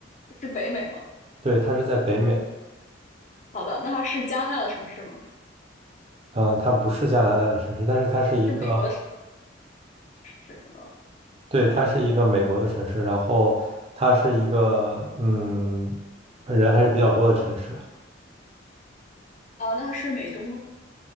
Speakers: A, on the left; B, on the right.
A: 是北美吗？
B: 对，他是在北美，
A: 好的，那它是加拿大的城市吗？
B: 嗯，他不是加拿大的城市，但是它是一个，
A: 是美国的城市吗？
B: 对，它是一个美国的城市，然后它是一个，嗯，人还是比较多的城市，
A: 啊，那它是美东吗？